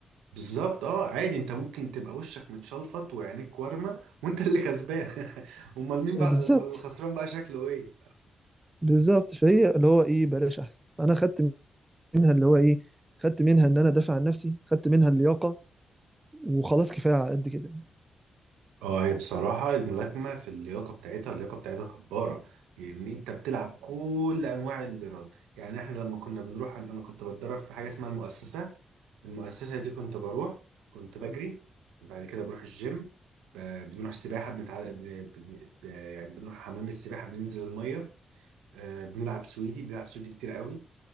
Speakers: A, on the right; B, on the right.
A: بالظبط اه عادي انت ممكن تبقى وشك متشلفط وعينيك وارمة وانت اللي كسبان <laughs> امال مين بقى
B: آه، بالظبط
A: امال الخسران بقى شكله ايه
B: بالظبط فهي اللي هو ايه بلاش احسن فانا خدت منها اللي هو ايه خدت منها ان انا دافع عن نفسي خدت منها اللياقة وخلاص كفاية على قد كده
A: اه هي بصراحة الملاكمة في اللياقة بتاعتها اللياقة بتاعتها جبارة يعني انت بتلعب كل انواع الايراد يعني احنا لما كنا بنروح انا أنا كنت بتدرب في حاجة اسمها المؤسسة المؤسسة دي كنت بروح كنت بجري بعد كده بروح الجيم ب- بنروح سباحة بنتع... بن... بن... ب- يعني بنروح حمام السباحة بننزل المية آه، بنلعب سويدي بنلعب سويدي كتير قوي